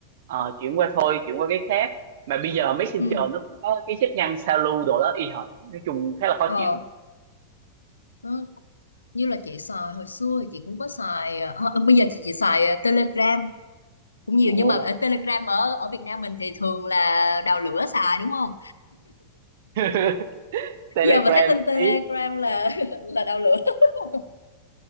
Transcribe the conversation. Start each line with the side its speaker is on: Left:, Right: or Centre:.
Right: ờ, chuyển qua thôi chuyển qua cái khác mà bây giờ Messenger
Left: ừ
Right: nó cũng có cái chức năng sao lưu đồ đó y hệt nói chung khá là khó
Left: ờ
Right: chịu
Left: Nó như là chị xài hồi xưa thì chị cũng có xài ờ, ờ, ờ, bây giờ thì chị xài ờ, Telegram cũng nhiều
Right: Ồ,
Left: nhưng mà ở Telegram ở ở Việt Nam mình thì thường là đào lửa xài đúng không
Right: <laughs> Telegram
Left: giờ mà thấy tin Telegram
Right: ý
Left: là <laughs> là đào lửa <laughs>